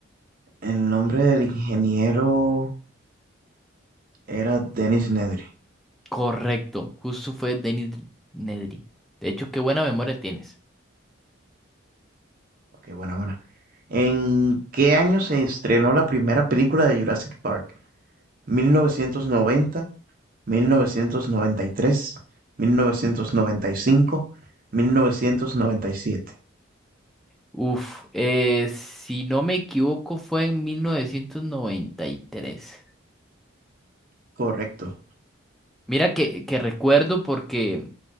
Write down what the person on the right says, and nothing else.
el nombre del ingeniero era Dennis Nedry.
Ok, buena, buena. ¿En qué año se estrenó la primera película de Jurassic Park? 1990, 1993, 1995, 1997.
Correcto.